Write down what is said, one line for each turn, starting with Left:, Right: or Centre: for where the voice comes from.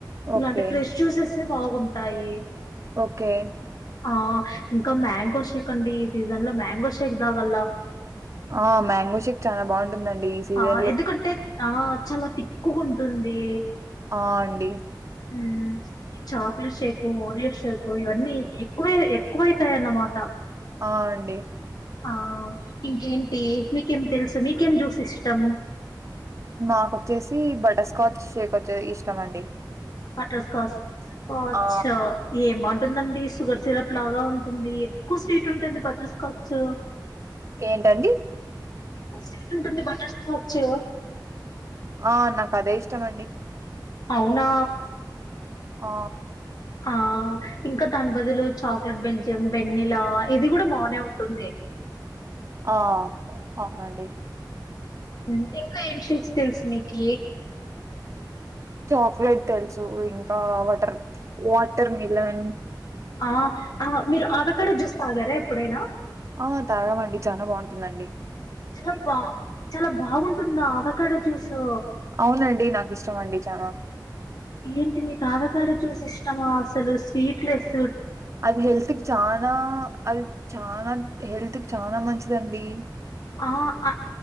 Left: ఇలాంటి
Right: ఓకే
Left: ఫ్రెష్ జ్యూసెస్ే బాగుంటాయి
Right: ఓకే
Left: ఆ ఇంకా మ్యాంగో షేక్ అండి ఈ సీజన్ ల మ్యాంగో షేక్ తాగల్లా
Right: ఆ మ్యాంగో షేక్ చాలా బాగుంటుందండి సీజన్
Left: ఆ
Right: లో
Left: ఎందుకంటే ఆ చాలా తిక్కుగుంటుంది
Right: ఆ అండి
Left: మ్ చాక్లెట్ షేక్ ఓరియ షేక్ ఇవన్నీ ఎక్కువ్ ఎక్కువైతాయన్నమాట
Right: అ అండి
Left: ఆ ఇంకేంటి మీకేం తెలుసు మీకేం జ్యూస్ ఇష్టం
Right: మాకొచ్చేసీ బటస్కాచ్ షేక్ ఒచ్చే ఇష్టం అండి
Left: బటర్ స్కాస్ ఓ అచ్చ
Right: ఆ
Left: ఏంబావుటుందండీ షుగర్ సిరప్ లాగా ఉంటుంది ఎక్కువ స్వీట్ ఉంటుంది బటర్ స్కాచు
Right: ఏంటండి
Left: కుంటుంది బటర్ స్కోచు
Right: ఆ నాకు అదే ఇష్టంమండి
Left: అవునా
Right: ఆ
Left: ఆ ఇంకా దాని బదులు చాక్లెట్ బెల్జియం వెన్నలా ఇది గూడా బానే ఉంటుంది
Right: ఆ అవునండి
Left: ఉమ్ ఇంకా ఏంషిన్ స్కిల్స్ నీ కి
Right: తోక్లెట్ తెల్సు ఇంకా వటర్ వాటర్ మిలన్
Left: ఆ ఆ మీరు ఆవేకడో జ్యూస్ తాగారా ఎప్పుడైనా
Right: ఆ తాగామండి చాలా బావుంటుందండి
Left: అబ్బా చాలా బాగుంటుందా అవకాడో జూసు
Right: అవునండి నాకు ఇష్టం అండి చనా
Left: ఏంటి మీకు ఆవకాడ జ్యూస్ ఇష్టమా అసలు స్వీట్లెస్
Right: అది హెల్త్ కి చనా అది చనా హెల్త్ కి చానా మంచిదండీ
Left: ఆ అ